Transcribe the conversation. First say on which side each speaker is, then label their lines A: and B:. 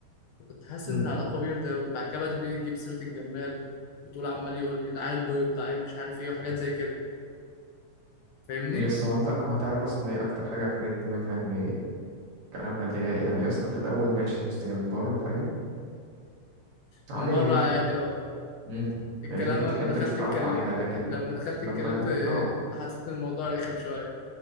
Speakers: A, on the left; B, on the right.
A: كنت حاسس
B: امم
A: ان العلاقه ويرده وبعد كده بقى تبتدي تجيب سيره الجمال وتقول عمال يقول لي ده عيل بيض ده عيل مش عارف ايه وحاجات زي كده فاهمني
B: يا اسطى هو انت هو انت عارف اصلا ايه اكتر حاجه قفلتني منها ان كلامها اللي هي يعني يا اسطى في الاول ماشي يا اسطى هي من بره فاهم عاديه
A: من بره
B: يعني
A: عادي اه
B: امم
A: الكلام
B: اللي انت تحب
A: لما دخلت
B: تتعرف
A: اتكلم
B: عليها لكن
A: لما دخلت
B: لما
A: اتكلمت آه،
B: اه
A: حسيت ان الموضوع رخم شويه